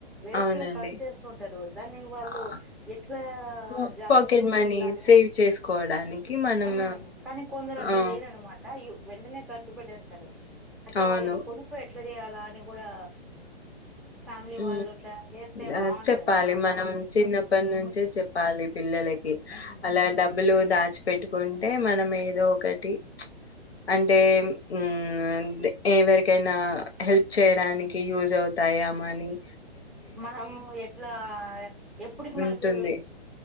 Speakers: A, in the centre; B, on the left.
A: వేస్ట్
B: అవునండి
A: కట్ చేసుకుంటారు దాన్ని వాళ్ళు
B: ఆహ్,
A: ఎట్లా
B: పా
A: జాగ్రత్తగా
B: పాకెట్ మనీ
A: ఉండాలి
B: సేవ్ చేసుకోవడానికి మనం
A: హా కానీ కొందరు అట్లా
B: ఆ
A: చేయరునమాట అ వెంటనే ఖర్చు పెడేస్తారు అట్లా
B: అవును
A: వాళ్ళకి పొనిపోయట్లా చేయాల అని కూడా ఫ్యామిలీ
B: హా
A: వాళ్ళు ఇట్లా చేస్తే
B: హా
A: బాగుంటది
B: చెప్పాలి
A: కదా అమ్మ
B: మనం
A: వాళ్ళు ఇట్లా
B: చిన్నప్పటి
A: ఉమ్
B: నుంచే చెప్పాలి పిల్లలకి
A: ఉమ్
B: అలా డబ్బులు దాచ పెట్టుకుంటే మనం ఏదో ఒకటి చ్ అంటే హా అంటే ఎవరికైనా హెల్ప్ చేయడానికి యూస్ అవుతాయా మని
A: మనము ఎట్లా ఎప్పుటికి
B: ఉంటుంది.
A: మనకు